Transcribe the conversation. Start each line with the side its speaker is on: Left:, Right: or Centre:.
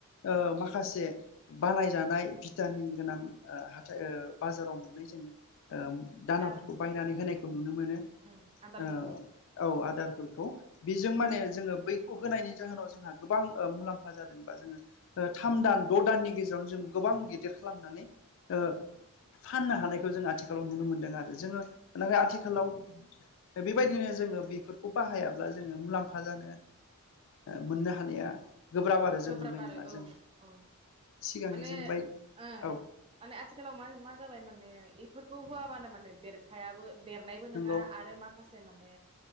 Left: ओ माखासे बानायजानाय भिटामिन गोनां ओ हाथाइ ओ बाजाराव मोननाय जोङो ओम दानाफोरखौ
Right: दाना
Left: बायनानै होनायखौ नुनो मोनो ओ
Right: उम आदारफोरखौ
Left: औ आदारफोरखौ बेजों माने जोङो बैखौ होनायनि जाहोनाव जोंहा गोबां ओ मुलाम फा जादों बा जोङो थाम दान द' दाननि गेजेरावनो जों गोबां गिदिर खालामनानै ओ फाननो हानायखौ जों आथिखालाव नुनो मोनदों आरो जोङो नाथाय आथिखालाव ओ बेबायदिनो जोङो बेफोरखौ बाहायाब्ला जोङो मुलाम्फा जानो ओ मोननो हानाया गोब्राब आरो जों
Right: गोब्राब
Left: मोननाय
Right: आरो
Left: नङा
Right: औ
Left: जों
Right: औ
Left: सिगांनि
Right: माने
Left: जों
Right: ओ
Left: बाय औ
Right: माने आथिखालाव मा मा जाबाय माने बेफोरखौ होआबानो माने देरखायाबो देरनायबो
Left: नंगौ
Right: नङा आरो माखासे बे माने